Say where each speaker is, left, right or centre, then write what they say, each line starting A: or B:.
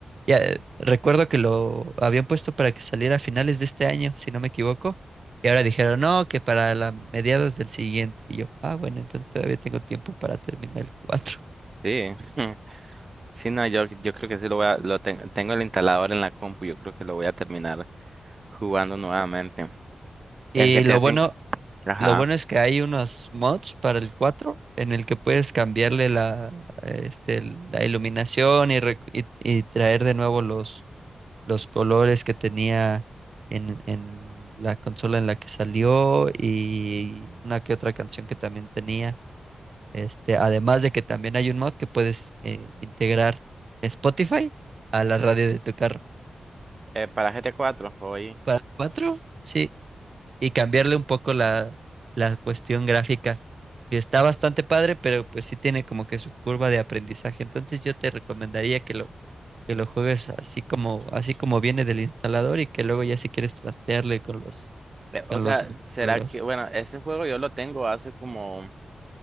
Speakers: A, on the right (about 55°); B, on the right (about 40°).
A: ya eh, recuerdo que lo habían puesto para que saliera a finales de este año, si no me equivoco, y ahora dijeron, no, que para la mediados del siguiente. Y yo, ah, bueno, entonces todavía tengo tiempo para terminar el cuatro
B: sí. <laughs> Sí, no, yo, yo creo que sí lo voy a, lo ten- tengo el instalador en la compu, yo creo que lo voy a terminar. jugando nuevamente.
A: Y
B: El G
A: lo
B: GTA cinco,
A: bueno
B: Ajá.
A: Lo bueno es que hay unos mods para el cuatro en el que puedes cambiarle la, este, la iluminación y, rec- y- y traer de nuevo los, los colores que tenía en, en la consola en la que salió y una que otra canción que también tenía. Este, además de que también hay un mod que puedes eh, integrar Spotify a la radio de tu carro.
B: Eh, para GTA cuatro hoy.
A: Para el 4, sí. y cambiarle un poco la, la cuestión gráfica. que Está bastante padre, pero pues sí tiene como que su curva de aprendizaje. Entonces yo te recomendaría que lo, que lo juegues así como, así como viene del instalador y que luego ya si quieres trastearle con los,
B: Eh, o
A: con
B: sea,
A: los mods
B: será
A: lo hagas.
B: que, bueno, ese juego yo lo tengo hace como,